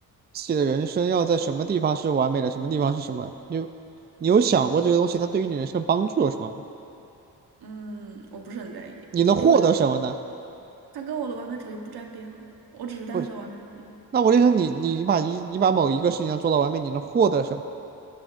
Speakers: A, on the right (about 25°); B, on the right (about 70°).
A: 自己的人生要在什么地方是完美的，什么地方是什么？你有你有想过这个东西它对于你人生的帮助有什么吗？
B: 嗯，我不是很在意，
A: 你能获得什么呢？
B: 因为它跟我的完美主义不沾边啊，我只是单纯的完美主义，
A: 不是，那我就说你你把一你把某一个事情要做到完美，你能获得什么？